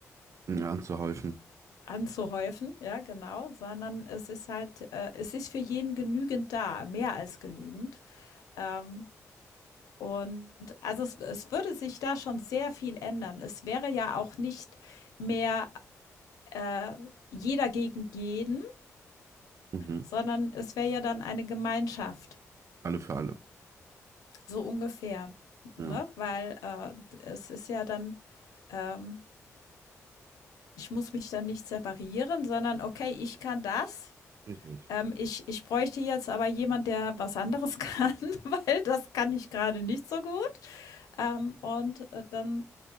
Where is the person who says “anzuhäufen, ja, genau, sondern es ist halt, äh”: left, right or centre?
Left